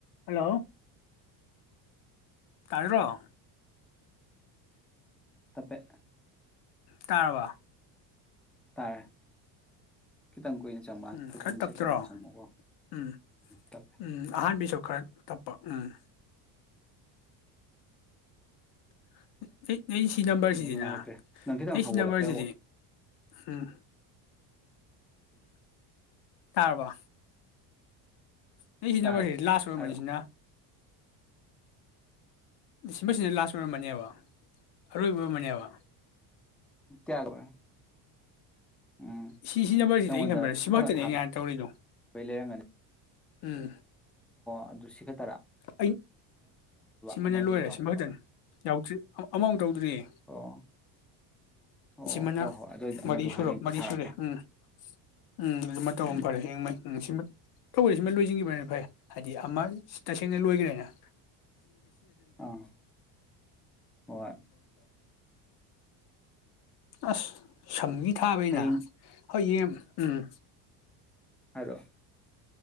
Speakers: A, on the left; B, in the centre.
A: Hello ꯇꯥꯗ꯭ꯔꯣ
B: ꯇꯞꯄꯦ
A: ꯇꯥꯔꯕ
B: ꯇꯥꯏ ꯈꯤꯇꯪ ꯀꯨꯏꯅ ꯆꯪꯕ
A: ꯎꯝ
B: ꯐꯤꯞꯇꯤꯟ
A: ꯈꯔ ꯇꯞꯇ꯭ꯔꯣ
B: ꯁꯦꯀꯦꯟꯃꯨꯛ ꯆꯪꯕꯀꯣ
A: ꯎꯝ
B: ꯇꯞꯄꯦ
A: ꯎꯝ ꯑꯍꯥꯟꯕꯩꯁꯨ ꯈꯔ ꯇꯞꯄ ꯎꯝ <unintelligible> <unintelligible> ꯁꯤ ꯅꯝꯕꯔꯁꯤꯗꯤꯅ
B: ꯑꯃꯨꯛ ꯅꯨꯡꯉꯥꯏꯇ꯭ꯔꯦ ꯅꯪ ꯈꯤꯇꯪ
A: ꯅ
B: ꯍꯧꯒꯠꯂꯛꯄꯩ
A: ꯁꯤ ꯅꯝꯕꯔꯁꯤꯗꯤ
B: ꯍꯧꯒꯠꯂ
A: ꯎꯝ ꯇꯥꯔꯕ <unintelligible> ꯁꯤ
B: ꯇꯥꯔꯦ
A: ꯅꯝꯃꯔꯁꯤ ꯂꯥꯁ ꯑꯣꯏꯔꯝꯃꯅꯤꯁꯤꯅ
B: ꯍꯥꯏꯔꯛꯑꯣ
A: ꯁꯤꯅꯝꯕꯔꯁꯤꯗ ꯂꯥꯁ ꯑꯣꯏꯔꯝꯕꯅꯦꯕ ꯑꯔꯣꯏꯕ ꯑꯣꯏꯔꯝꯃꯅꯦꯕ
B: ꯀꯌꯥ <unintelligible> ꯎꯝ
A: ꯁꯤ ꯁꯤ ꯅꯝꯕꯔꯁꯤꯗ
B: ꯅꯪꯉꯣꯟꯗ
A: ꯑꯩꯅ ꯈꯟꯕ ꯁꯤꯃꯛꯇꯅꯦ
B: ꯀꯩꯅꯣ ꯊꯥꯕꯩ
A: ꯑꯩꯅꯍꯥꯟꯅ ꯇꯧꯔꯤꯗꯣ
B: ꯂꯩꯔꯝꯒꯅꯤ
A: ꯎꯝ
B: ꯑꯗꯨ ꯁꯤ ꯈꯠ
A: ꯑꯩ ꯁꯤꯃꯅ
B: ꯑꯃꯗꯨ
A: ꯂꯣꯏꯔꯦ
B: ꯌꯥꯎꯗꯕ
A: ꯁꯤꯃ ꯈꯛꯇꯅꯤ ꯌꯥꯎꯗ꯭ꯔꯤ ꯑꯃ ꯃꯧ ꯇꯧꯗ꯭ꯔꯤꯌꯦ
B: ꯑꯣ ꯑꯣ
A: ꯁꯤꯃꯅ
B: ꯍꯣꯏ ꯍꯣꯏ ꯑꯗꯨꯑꯣꯏꯗꯤ ꯑꯃꯗꯣ
A: ꯃꯔꯤ ꯁꯣ
B: ꯍꯌꯦꯡꯗꯤ
A: ꯃꯔꯤ
B: ꯊꯥꯔꯛꯀꯦ
A: ꯁꯨꯔꯦ ꯎꯝ ꯎꯝ ꯑꯗꯨꯃ ꯇꯧꯕꯔ
B: ꯎꯝ
A: ꯑꯃ ꯐꯔꯦ ꯍꯌꯦꯡ ꯃꯩ ꯎꯝ ꯁꯤꯃ ꯇꯧꯔꯦ ꯁꯤꯃ ꯂꯣꯏꯁꯤꯟꯈꯤꯕꯅ ꯍꯥꯏꯗꯤ ꯑꯃ ꯇꯁꯦꯡꯅ ꯂꯣꯏꯒ꯭ꯔꯦꯅꯦ <unintelligible>
B: ꯑꯥ ꯍꯣꯏ
A: ꯑꯁ <unintelligible>
B: ꯍꯌꯦꯡ
A: <unintelligible> ꯍꯣꯏꯌꯦꯡ ꯎꯝ
B: ꯍꯂꯣ